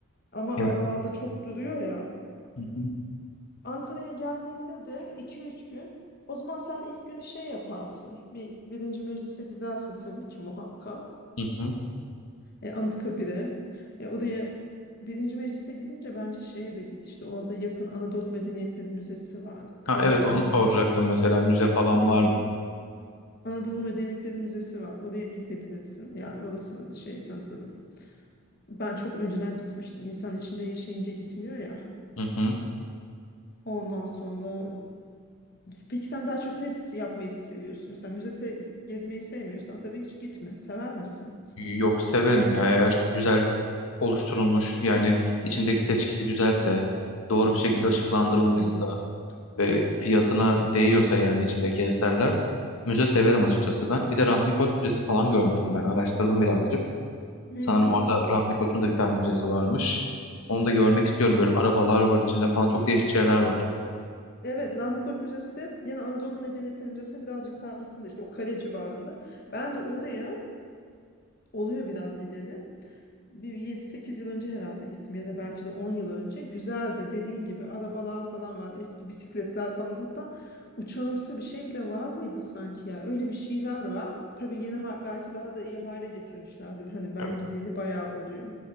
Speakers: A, on the left; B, on the left.
A: Ama
B: Evet.
A: aralarda çok duruyor ya.
B: Hı hı.
A: Ankara'ya geldiğinde de 2-3 gün o zaman sen ilk günü şey yaparsın. Bir birinci meclise gidersin tabii ki muhakkak.
B: Hı hı.
A: E, Anıtkabir'e. E, oraya birinci meclise gidince bence şeye de git işte orada yakın Anadolu Medeniyetleri Müzesi var. Kale
B: Ha, evet
A: var.
B: onu soracaktım mesela müze falan
A: Hmm.
B: var mı?
A: Anadolu Medeniyetleri Müzesi var. Oraya gidebilirsin. Yani orası şey sanırım. Ben çok önceden gitmiştim. İnsan içinde yaşayınca gitmiyor ya.
B: Hı hı.
A: Ondan sonra peki sen daha çok ne yapmayı seviyorsun? Mesela müze se- gezmeyi sevmiyorsan tabii hiç gitme. Sever misin?
B: Yok severim ya eğer güzel oluşturulmuş yani içindeki seçkisi güzelse doğru bir şekilde ışıklandırılmışsa
A: Hmm.
B: ve fiyatına değiyorsa yani içindeki eserler müze severim açıkçası ben. Bir de Rahmi Koç Müzesi falan görmüştüm ben araştırdım birazcık.
A: Hmm.
B: Sanırım orada Rahmi Koç'un da bir tane müzesi varmış. Onu da görmek istiyorum. Böyle arabalar var içinde falan. Çok değişik şeyler var.
A: Evet, Rahmi Koç Müzesi de yine Anadolu Medeniyetleri Müzesi'nin biraz yukarısında işte o kale civarında. Ben de oraya oluyor biraz gideni. Bir 7-8 yıl önce herhalde gittim ya da belki de 10 yıl önce. Güzeldi dediğin gibi arabalar falan var eski bisikletler falan hatta uçağımsı bir şey bile var mıydı sanki ya öyle bir şeyler var. Tabii yeni ha- belki daha da iyi hale getirmişlerdir. Hani ben
B: Evet.
A: gideli bayağı oluyor.